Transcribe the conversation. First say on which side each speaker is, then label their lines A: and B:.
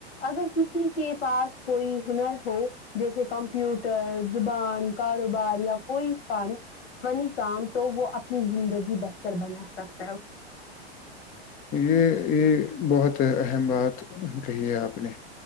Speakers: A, on the left; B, on the left.
A: اگر کسی کے پاس کوئی ہنر ہو جیسے کمپیوٹر زبان کاروبار یا کوئی فن فنی کام تو وہ اپنی زندگی بہتر بنا سک
B: یہ یہ بہت اہم بات کہی ہے آپ نے